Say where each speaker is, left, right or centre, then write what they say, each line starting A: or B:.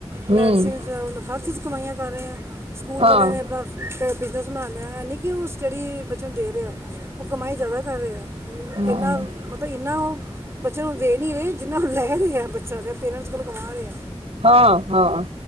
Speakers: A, on the right (about 25°); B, on the right (about 70°).
A: ਮੈਡੀਸਨਸ
B: ਹਮ
A: ਹਰ ਚੀਜ਼ ਚ ਕਮਾਈਆਂ ਕਰ ਰਹੇ, ਸਕੂਲ
B: ਹਾਂ
A: ਵਾਲਿਆਂ ਨੇ ਆਪਣਾ ਬ ਬਿਜ਼ਨਸ ਬਣਾ ਲਆ, ਐ ਨਹੀਂ ਕਿ ਉਹ ਸਟਡੀ ਬੱਚਿਆਂ ਨੂੰ ਦੇ ਰਿਹਾ ਉਹ ਕਮਾਈ ਜ਼ਿਆਦਾ ਕਰ ਰਿਹਾ।
B: ਹਾਂ
A: ਇੰਨਾ ਮਤਲਬ, ਇੰਨਾ ਉਹ ਬੱਚਿਆਂ ਨੂੰ ਦੇ ਨੀ ਰਹੇ ਜਿੰਨਾ ਲੈਹੇ ਆ, ਬੱਚਾ ਦੇ ਪੇਰੈਂਟਸ ਕੋਲ ਕਮਾ ਰੇ ਆ।
B: ਹਾਂ -ਹਾਂ,